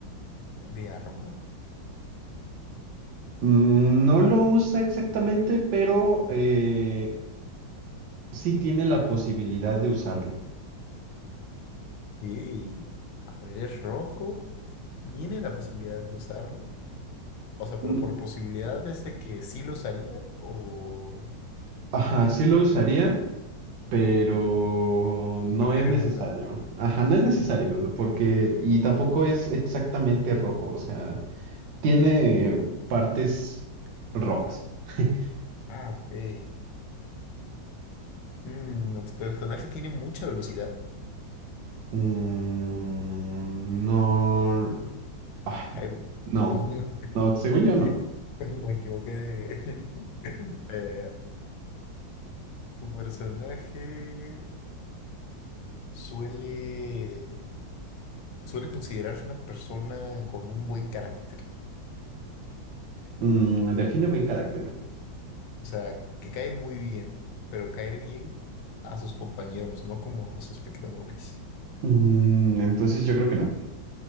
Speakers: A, on the left; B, on the right.
A: de arma?
B: Mm, No lo usa exactamente, pero eh, sí tiene la posibilidad de usarlo.
A: Ok. A ver, es rojo. ¿Tiene la posibilidad de usarlo? O sea, pero
B: No-
A: por posibilidades de que sí lo usaría o
B: Ajá, sí lo usaría, pero no
A: prefiere
B: es necesario.
A: no usarlo.
B: Ajá, no es necesario, porque, y tampoco es exactamente rojo, o sea, tiene partes rojas. <laughs>
A: Ah, ok. Hmm, ¿tu personaje tiene mucha velocidad?
B: Mm, no, ay,
A: Ay, güey.
B: no,
A: <laughs>
B: no, según
A: Me equivoqué.
B: yo no.
A: <laughs> Me equivoqué de- <laughs> Eh, Tu personaje suele, suele considerarse una persona con un buen carácter,
B: Mm, define buen carácter.
A: o sea, que cae muy bien, pero caer bien a sus compañeros, no como a los espectadores.
B: Mm, entonces yo creo que no.